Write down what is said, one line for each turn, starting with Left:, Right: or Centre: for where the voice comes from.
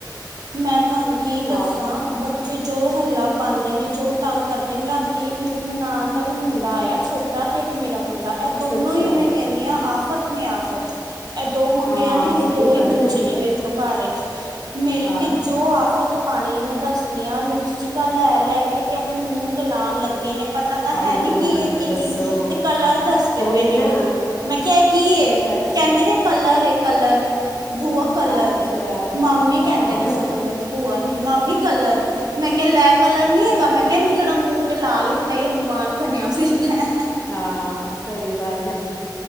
Right: ਮੈਂ ਤੁਹਾਨੂੰ ਕੀ
Left: ਹਾਂ
Right: ਦੱਸਾਂ ਬ ਚੇ ਜੋ ਹੱਲਾ ਪਾਂਦੇ ਨੇ, ਜੋ ਤੰਗ ਕਰਦੇ ਨੇ ਰਾਤੀ ਮੇਰੀ ਨਨਾਨ ਦਾ ਵੀ ਮੁੰਡਾ ਆਏਆ ਛੋ ਟਾ ਤੇ ਇੱਕ ਮੇਰਾ ਮੁੰਡਾ ਏਹ
Left: ਅੱਛਾ
Right: ਦੋਨੋ
Left: ਅੱਛਾ
Right: ਈ ਮੈਂ ਕੈਨੀ ਆ ਆਫ਼ਤ ਨੇ ਆਫ਼ਤ। ਏਹ ਦੋ ਮੁੰਡੇਆਂ
Left: ਹਾਂ
Right: ਨੇ ਅਲੇ
Left: ਸਹੀ
Right: ਦੋ
Left: ਗੱਲ
Right: ਈ ਬੱਚੇ ਨੇ ਵੇਖ ਲੋ ਕਾਰ ਇੱਚ, ਮਿਲ
Left: ਹਾਂ
Right: ਕੇ ਜੋ ਆਫ਼ਤ ਪਾਣੀ ਏ ਮੈਂ ਦੱਸਣੀ ਆ ਲਿਪਸਟਿਕਾਂ ਲੈ-ਲੈ ਕੇ ਤੇ ਅਪਣੇ ਮੂੰਹ ਤੇ ਲਾਣ ਲੱਗੇ ਨੇ। ਪਤਾ ਤਾਂ
Left: ਹਾਏ
Right: ਹੈ ਨਹੀਂ
Left: ਮੈਂ
Right: ਕੀ
Left: ਮਰ
Right: ਏ
Left: ਜਾ
Right: ਕੀ
Left: ਦੱਸੋ
Right: ਨੀ। ਤੇ ਕਲਰ ਦੱਸਦੇ
Left: ਉਹੀ
Right: ਪਏ ਨੇ
Left: ਨਾ
Right: ਉਹਨੂੰ, ਮੈਂ ਕੇਆ ਏ ਕੀ ਏ?
Left: ਅੱਛਾ ਅੱਛਾ
Right: ਕੈਂਦੇ ਨੇ ਕਲਰ ਏ ਕਲਰ, ਬੂਆ ਕਲਰ,
Left: ਅੱਛਾ
Right: ਮਾਮੀ ਕੈਂ
Left: ਹਾਂ
Right: ਮੈਨੂੰ ਭੂਆ ਨੀ, ਮਾਮੀ ਕਲਰ, ਮੈਂ ਕੇਆ ਲੈ ਕਲਰ
Left: ਅੱਛਾ
Right: ਨੀ ਹੈਗਾ, ਮੈਂ ਕਿ ਏਹਨੂੰ ਜੇਹੜਾ ਮੂੰਹ ਤੇ ਲਾ ਲਿੱਤਾ ਈ ਅਨੁਮਾਨ ਬਣੇਆ ਫਿਰਨਾ ਏ।
Left: ਹਾਂ ਸਈ ਗੱਲ।